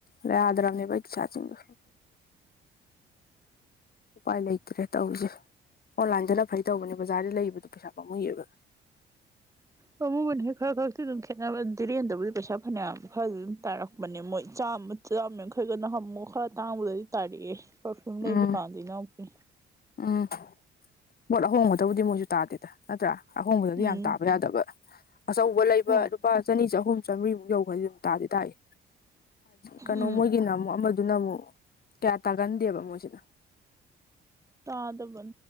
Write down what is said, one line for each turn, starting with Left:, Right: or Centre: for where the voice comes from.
Left: ꯌꯥꯗꯔ꯭ꯕꯅꯦ ꯑꯩ ꯇꯤꯁꯥꯠ ꯁꯤꯡꯗꯣ
Right: <inaudible>
Left: ꯎꯄꯥꯏ ꯂꯩꯇ꯭ꯔꯦ ꯇꯧꯔꯤꯁꯦ ꯑꯣꯟꯂꯥꯏꯟꯗꯅ ꯐꯩ ꯇꯧꯕꯅꯦ ꯕꯖꯥꯔꯗ ꯂꯩꯕꯗꯣ ꯄꯩꯁꯥ ꯄꯥꯝꯃꯨꯏꯌꯦꯕ
Right: ꯑꯃꯃꯨꯕꯟ ꯍꯦꯛ ꯈꯔ ꯈꯛꯇꯤ ꯑꯗꯨꯝ ꯈꯦꯠꯅꯕꯗꯤꯔꯦꯟꯗꯕꯨꯗꯤ ꯄꯩꯁꯥ ꯐꯅꯌꯥꯝ ꯐꯔꯗꯤ ꯑꯗꯨꯝ ꯇꯥꯔꯛꯄꯅꯦ ꯃꯣꯏ ꯆꯥꯝꯃ ꯆꯃꯦ ꯃꯈꯩꯒꯅ ꯍꯥꯃꯨꯛ ꯈꯔ ꯇꯥꯡꯕꯗꯗꯤ ꯇꯥꯔꯛꯑꯦ ꯄꯔꯐꯤꯌꯨꯝ ꯂꯩꯕ
Left: ꯎꯝ
Right: ꯀꯥꯟꯗ ꯅꯨꯛꯀꯤ
Left: ꯎꯝ ꯄꯣꯠ ꯑꯍꯣꯡꯕꯗꯕꯨꯗꯤ ꯃꯣꯏꯁꯨ ꯇꯥꯗꯦꯗ ꯅꯠꯇ꯭ꯔꯥ ꯑꯍꯣꯡꯕꯗꯗꯤ
Right: ꯎꯝ
Left: ꯌꯥꯝ ꯇꯥꯕ ꯌꯥꯗꯕ ꯑꯆꯧꯕ ꯂꯩꯕ
Right: ꯍꯣ
Left: ꯂꯨꯄꯥ ꯆꯅꯤ ꯆꯍꯨꯝ ꯆꯥꯝꯔꯤꯃꯨꯛ ꯌꯧꯕꯗꯤ ꯑꯗꯨꯝ ꯇꯥꯗꯤ ꯇꯥꯏꯏ ꯀꯩꯅꯣ
Right: ꯎꯝ
Left: ꯃꯣꯏꯒꯤꯅ ꯑꯃꯨꯛ ꯑꯃꯗꯨꯅ ꯑꯃꯨꯛ ꯀꯌꯥ ꯇꯥꯒꯟꯗꯦꯕ ꯃꯣꯏꯁꯤꯅ
Right: ꯇꯥꯗꯕꯟ